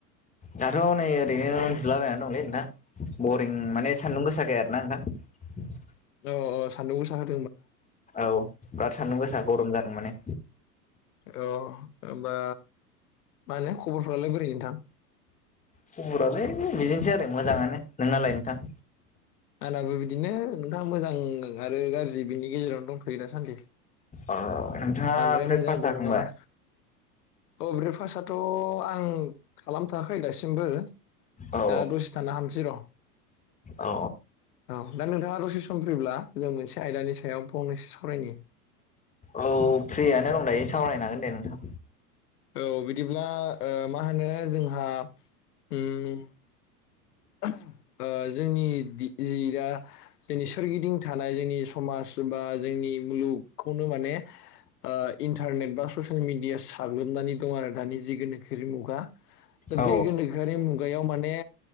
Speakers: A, on the left (about 15°); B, on the left (about 70°).
A: दाथ' नै ओरैनो उन्दुलाबायना दंलै नोंथां बरिं माने सान्दुं गोसाखाय आरो ना नोंथां।
B: अ'-अ 'सान्दुं गोसा होन
A: औ ब्राद सान्दुं गोसा गरम जादों माने
B: अ' होमबा मा होनो खबरफोरालाय बोरै नोंथां।
A: खबरालै बिदिनोसै आरो मोजाङानो नोंनालाय नोंथां।
B: आनाबो बिदिनो नोंथां मोजां आरो गाज्रि बिनि गेजेरावनो दंथ'। फै दासान्दि बांद्राय
A: अ नोंथाङा ब्रेकफास्ट
B: मोजांबो
A: जाखांबाय
B: नङाबा। अ' ब्रेकफास्टआथ' आं खालामथ'आखै दासिमबो
A: औ
B: दा दसे थाना हामसै र'।
A: औ
B: औ दा नोंथाङा दसे सम फ्रिब्ला जों मोनसे आयदानि सायाव फंनैसो सावरायनि
A: औ फ्रियानो दं दायो सावरायनो हागोन दे नोंथां।
B: औ बिदिब्ला ओ मा होनो जोंहा उम <unintelligible> <inaudible> ओ जोंनि दि जि दा जोंनि सोरगिदिं थानाय जोंनि समाज बा जोंनि ईब्लुक खौनो माने ओ इन्टारनेट बा ससेल मिडिया साग्लोबनानै दं आरो दानि जि गोनोखोयारि मुगा दा
A: औ
B: बे गोनोखोआरि मुगायाव माने